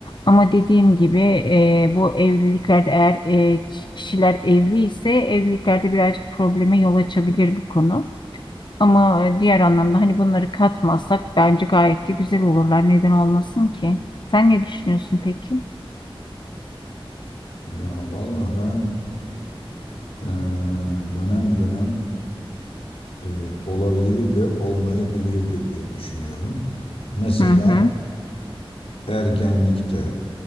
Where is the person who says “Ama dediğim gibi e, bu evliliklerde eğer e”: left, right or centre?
Left